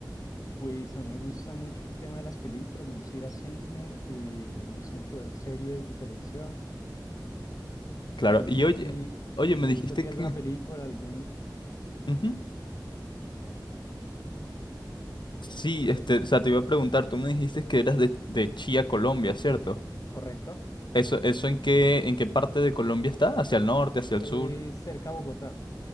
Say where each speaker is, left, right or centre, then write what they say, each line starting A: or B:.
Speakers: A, on the left; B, on the left.
A: Pues a mí me gusta mucho el tema de las películas, me gusta ir a cine, eh, me gusta mucho ver series de televisión.
B: Claro,
A: ¿Te gusta
B: y oye,
A: a ti,
B: oye, me
A: te
B: dijiste
A: gusta a ti
B: que...
A: alguna película, algún,
B: Ujú. Sí, este, o sea, te iba a preguntar, tú me dijiste que eras de, de Chía, Colombia, ¿cierto?
A: correcto?
B: ¿Eso, eso en qué, en qué parte de Colombia está? ¿Hacia el norte,
A: Esto
B: hacia el sur?
A: es cerca a Bogotá.